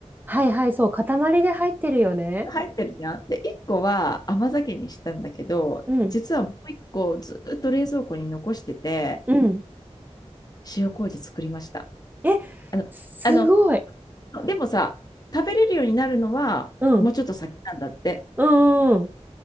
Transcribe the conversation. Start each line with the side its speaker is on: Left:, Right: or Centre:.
Right: はいはい、そう、塊で入ってるよね。
Left: 入ってるじゃん。で、1個は甘酒にしたんだけど、
Right: うん、
Left: 実はもう1個ずっと冷蔵庫に残してて、
Right: うん。
Left: 塩麹作りました。
Right: え、
Left: あの、
Right: すごい。
Left: あの、でもさ、食べれるようになるのは、
Right: うん、
Left: もうちょっと先なんだって。
Right: うん、うん、